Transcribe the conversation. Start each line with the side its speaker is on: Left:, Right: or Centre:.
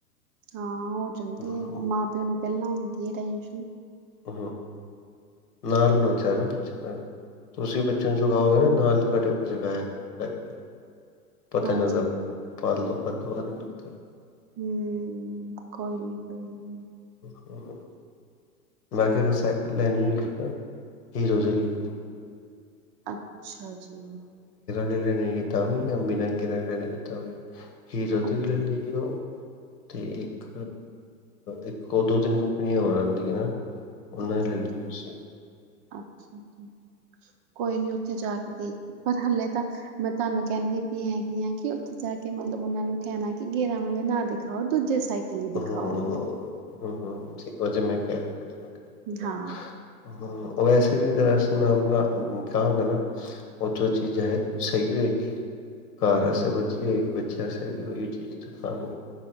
Right: ਹਾਂ ਹੋ ਜਾਂਦੀ
Left: ਹੂੰ।
Right: ਹੈਗੀ ਮਾਂ ਪਿਓ ਨੂੰ ਪੈਲਾਂ ਹੁੰਦੀ ਏ ਟੈਂ ਹੁ
Left: ਹ ਨਾਲ <unintelligible> ਨਾ ਬੱਚੇ ਦਾ। ਤੁਸੀਂ ਬੱਚੇ ਨੂੰ ਸਿਖਾਓਗੇ ਨਾ ਨਾਲ ਤੇ ਕੱਟੋ <unintelligible> ਪਤਾ
Right: ਹਾਂਜੀ
Left: ਨੀ ਲਗਦਾ
Right: ਹਾਂ
Left: ਪਾਲ ਦੋ <unintelligible>
Right: ਹੂੰ ਕੋਈ ਨੀ, ਕੋਈ ਨੀ।
Left: ਹੂੰ। ਵੈਸੇ ਜੇ ਸਾਈਕਲ ਲੈਣੀ ਹੋਏਗੀ ਨਾ ਹੀਰੋ ਜੋ ਲਈਓ।
Right: ਅਗ ਅੱਛਾ ਜੀ।
Left: ਲੀ ਲੈਣੀ ਵੀ ਤਾਵੀ ਬਿਨਾਂ ਗੇਰਾਂ ਆਲੀ ਲੈਣੀ ਵੀ ਤਾਂ ਵੀ ਹੀਰੋ ਦੀ
Right: ਅੱਛਾ
Left: ਵੀ ਲਲ ਈਓ। ਤੇ ਇੱਕ ਇੱਕ ਔ ਦੋ ਤਿੰਨ ਕਪਨੀਆਂ ਹੋਰ ਆਦੀਆਂ। ਉਨਾ
Right: ਅੱਛਾ
Left: ਲੈ ਲਿਔ
Right: ਅੱਛਾ
Left: ਸੇਮ
Right: ਅੱਛਾ ਅੱਛਾ ਕੋਈ ਨੀ ਉੱਥੇ ਜਾ ਕੇ ਦੇਖ ਪਰ ਹਲੇੇ ਤਾਂ ਮੈਂ ਤਾਨੂੰ ਕੈੰਨੀ ਪਈ ਹੈਗ ਗੀ ਆ ਕਿ ਉੱਥੇ ਜਾ ਕੇ ਮਤਲਬ ਉਨਾਂ ਨੂੰ ਕੈਣਾ ਕਿ ਗੇਰਾਂ ਵਾਲੇ ਨਾ ਦਿਖਾਓ ਦੂਜ ਜੇ ਸਾਈਕਿਲ ਈ ਦਿਖਾਓ।
Left: ਹਾਂ ਹਾਂ ਠੀ ਵਜੇ ਮੈਂ ਕੈ ਦਾਗਾਂ ਕੈ ਦਾਗਾਂ ਕੈ
Right: ਹਾਂ
Left: ਦਾਗਾਂ, ਹਾਂ। ਵੈਸੇ ਵੀ ਅਗਰ ਅਸੀਂ ਨਾਮ ਲਾ ਕਾਗਾਂ ਨਾ ਔ ਜੋ ਚੀਜ਼ ਹੈ ਸਹੀ ਹੋਏਗੀ। ਕਾਰ
Right: ਹੂੰ
Left: ਅਸੇ ਬਚੀ ਹੋਏਗੀ ਬ ਚੈ ਸੈ ਵੀ ਓਈਓ ਚੀਜ਼ ਦਿਖਾਯੈ।